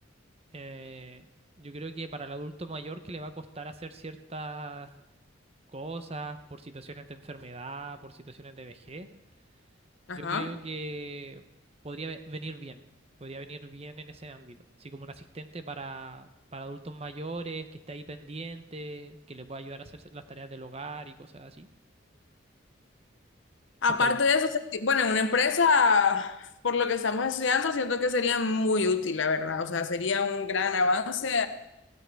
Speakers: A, on the right; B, on the left.
A: eh, yo creo que para el adulto mayor que le va a costar hacer ciertas cosas por situaciones de enfermedad, por situaciones de vejez,
B: Ajá.
A: yo creo que podría ve- venir bien, podría venir bien en ese ámbito, así como un asistente para, para adultos mayores, que esté ahí pendiente, que le pueda ayudar a hacer las tareas del hogar y cosas así.
B: Aparte
A: Porque al-
B: de eso, sentí- bueno, en una empresa, por lo que estamos estudiando, siento que sería muy útil, la verdad. O sea, sería un gran avance